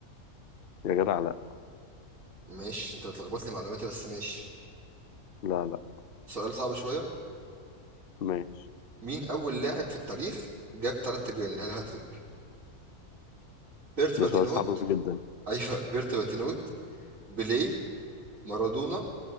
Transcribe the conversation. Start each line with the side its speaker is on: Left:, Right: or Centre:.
Left: يا جدع لا
Right: ماشي انت بتلخبط لي معلوماتي بس ماشي
Left: لا لا
Right: سؤال صعب شويه
Left: ماشي
Right: مين اول لاعب في التاريخ جاب ثلاث تجوان اللي هي الهاتريك بيرت باتينود
Left: ده سؤال صعب
Right: <laughs>
Left: جدا
Right: ايوه بيرت باتينود بيليه مارادونا